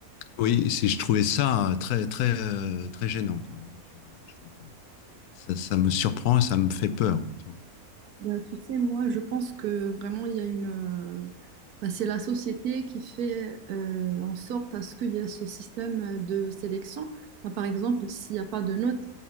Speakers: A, on the left (about 80°); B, on the right (about 80°).
A: oui, c'est, je trouvais ça euh, très, très, euh, très gênant. Quoi. hein. Je, je comprends. Ça, ça me surprend et ça me fait peur. tu vois.
B: Bah, tu sais, moi, je pense que vraiment, il y a une... euh, bah, c'est la société qui fait euh, en sorte à ce qu'il y ait ce système de sélection. Bah, par exemple, s'il n'y a pas de notes,